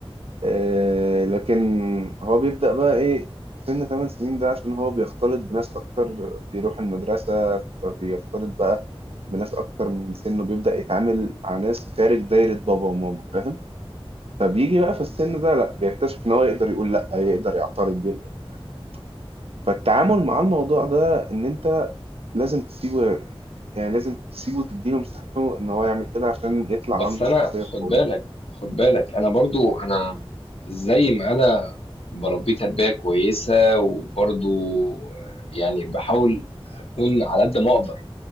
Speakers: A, on the right; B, on the left.
A: آه لكن هو بيبدأ بقى ايه في سن 8 سنين ده عشان هو بيختلط بناس اكتر بيروح المدرسة بيختلط بقى بناس اكتر من سنه بيبدأ يتعامل مع ناس خارج دايرة بابا وماما فاهم فبيجي بقى في السن ده لا بيكتشف ان هو يقدر يقول لا يقدر يعترض يقدر مش عارف ايه فالتعامل مع الموضوع ده ان انت لازم تسيبه يعني لازم تسيبه وتديله مساحته ان هو يعمل كده عشان يطلع
B: بس
A: عنده
B: أنا
A: شخصية
B: خد
A: قوية
B: بالك خد بالك أنا برضو أنا زي ما أنا بربيه تربية كويسة وبرضو يعني بحاول أكون على قد ما أقدر